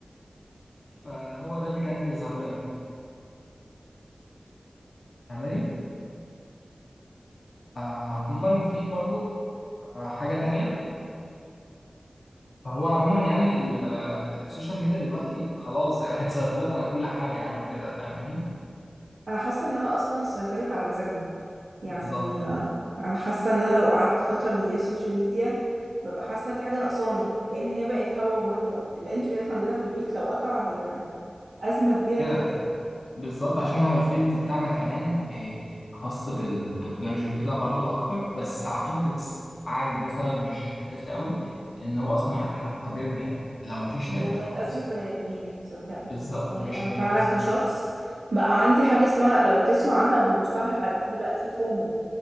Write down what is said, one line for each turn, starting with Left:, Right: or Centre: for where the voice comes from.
Left: <laughs> فهو ده اللي كان بيظهر لنا فاهماني آه، عموما في برضك آه، حاجة تانية فهو عموما يعني ال- آه، السوشيال ميديا دلوقتي خلاص يعني <laughs> سيطرت على كل حاجة يعني وكده فاهماني
Right: انا حاسه انها اصلا سيطرت على مزاجنا يعني
Left: بالظبط
Right: آه، انا حاسه ان انا لو قعدت فتره من غير سوشيال ميديا ببقى حاسة إن في حاجة ناقصاني كأن هي بقت هوا ومية الإنترنت عندنا في البيت لو قطع هي أزمة كبيرة
Left: كده
Right: جدا
Left: بالظبط عشان هو الفيلد بتاعنا كمان آه، خاص بالتكنولوجي وكده برضو أكتر بس أعتقد الس- عادي ده سبب مش أساسي قوي إن هو أصلا حتى إحنا في الطبيعي بنحب لو مفيش
Right: هي
Left: نت
Right: بقت
Left: خلاص
Right: أزمة بني آدمين صدقني
Left: بالظبط
Right: والله
Left: مش
Right: أنا
Left: لنا
Right: فعلا
Left: بس
Right: كشخص بقى عندي حاجة اسمها لو تسمع عنها بالمصطلح الحديث دلوقتي فومو